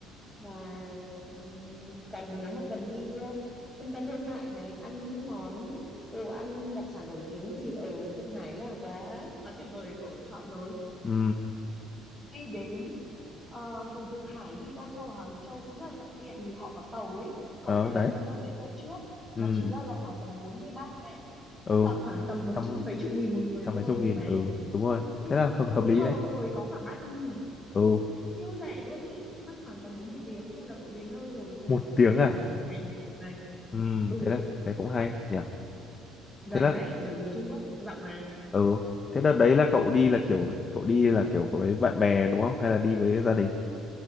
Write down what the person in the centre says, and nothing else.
và ừm, còn nếu mà cần đi ờ, trung tâm thương mại này ăn những món đồ ăn đặc sản nổi tiếng thì ở Thượng Hải là quá quá tuyệt vời để cậu chọn rồi
đi đến ờ, từ Thượng Hải đi Tô Châu hoặc Hàng Châu cũng rất là thuận tiện vì họ có tàu ấy cậu
có thể đặt
mua vé tàu trước
nó chỉ rơi vào khoảng tầm bốn mươi ba tệ
tức là khoảng tầm một
trăm mấy chục nghìn một người
thôi
một
vé
ừ
cứ
hầu
hồi có khoảng ba trăm nghìn
siêu rẻ luôn ý mất khoảng tầm có một tiếng thôi là cậu đến nơi rồi trải
nghiệm ở
đấy
khoảng một ngày hoặc nửa ngày
ừ
gần
đấy bởi vì Trung Quốc rộng mà